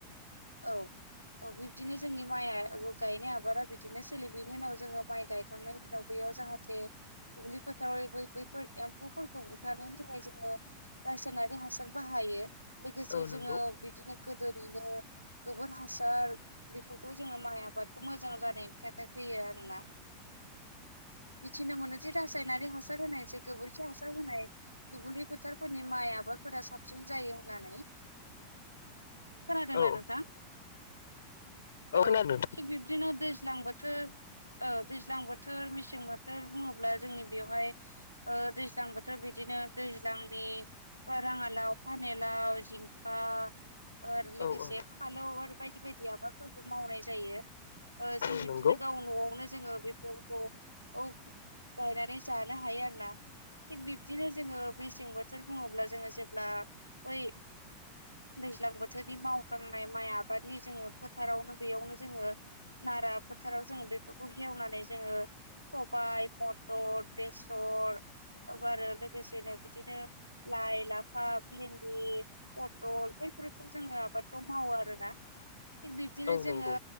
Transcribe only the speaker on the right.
औ अ बिब्दिनो जोंनि माइ गायनाय आबादा बिदिनो सोलियो बेनि उनाव जोङो माइ गायखांनायनि उनाव बैयाव जाहाथे दुब्लि फोथारावैफोर एम्फौफोरखौ बुथारनायनि थाखाय जोङो र हासार बाहायो लोगोसे
जोङो बिदिनो गोदोनिनो गोबोर हासार बेफोरखौ जोङो माइ आबादखौ मोजां जानायनि थाखाय होयो आरोना <unintelligible> मिथिनो मोनो जे रासायनारि हासार होनाय जे गोबोरखि हासार होनाय दुब्लि फोथारफोरनि माइ आबाद ाबाफोरा साबसिन जायो होननानै खोनादोंना
नोंथां औ
थिग बिब्दिनो दैज्लांबो खो दैज्लां बोथोर मेसें बोथोर बुङोब्ला जोंनि बेवहाय दैज्लां बोथोर बिदि बिदिनो दैज्लांनि अ राङालाव पानिलाव जिंखा आरो ओ लोगोसे
फालौ आरो बायदि बायदि आबादफोरखौ मावनाय जायो ओ जों
बिदिनो
गाव न'आवनो जोङो बे फोरखौ औ गायनानै जानो हायो आरो ना। थिग बिब्दिनो जोङो मेसें बोथोर बुङोब्ला जोङो जेब्ला बै दैज्लां बोथोरनि मावखांनाय माइ आबादनि जोङो फोथारावनो बेयावनो जोङो नारा फोथाराव जों बेफोरखौ हेवनानै जोङो सबाय, मथर, बेसर औ आरो लोगोसेनो बिदिनो लाइ लाफा भिन्दि फथल बैफोरखौ जोङो आबादखौ मावो आरोना। थिग बिब्दिनो
जोङो